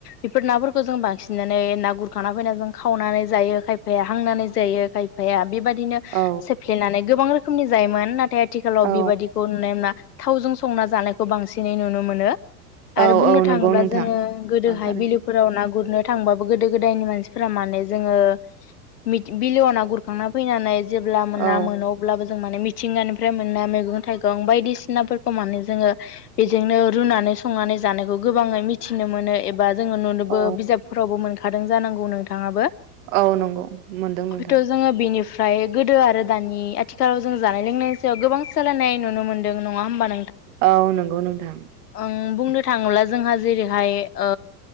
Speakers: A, on the left; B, on the right.
A: बेफोर नाफोरखौ जों बांसिननानै ना गुरखांना फैना जों खावनानै जायो खायफाया हांनानै जायो। खायफाया बेबायदि बिदिनो
B: औ
A: सेफ्लेनानै गोबां रोखोमनि जायोमोन। नाथाय आथिखालाव
B: औ
A: बेबायदिखौ नुनाय मोना थावजों संना जानायखौ बांसिनै नुनो मोनो। आरो
B: औ
A: बुंनो
B: औ
A: थाङोब्ला
B: नंगौ नोंथां
A: जोङो गोदोहाय
B: औ थारैनो
A: बिलोफोराव
B: सैथो।
A: ना गुरनो थांबाबो गोदो गोदायनि मानसि फोरा माने जोङो मि बिलोआव ना गुरखांना फैनानै जेब्ला ना
B: औ
A: मोनो अब्लाबो माने मिथिंगानिफ्राय मोननाय मैगं थाइगं बायदिसिनाफोरखौ माने जोङो बेजोंनो रुनानै संनानै जानायखौ गोबाङै मिथिनो मोनो एबा जोङो नुनोबो
B: औ
A: बिजाबफोरावबो मोन खादों जानांगौ नोंथाङाबो
B: औ नंगौ मोनदों नोंथां
A: हयथ जोङो बेनि ओमफ्राय गोदो आरो दानि आथिखालाव जों जानाय लोंनायनि सायाव गोबां सोलायनाय नुनो मोनदों नङा होमबा
B: औ नंगौ नोंथां।
A: उम बुंनो थाङोब्ला जोंहा जेरैहाय ओ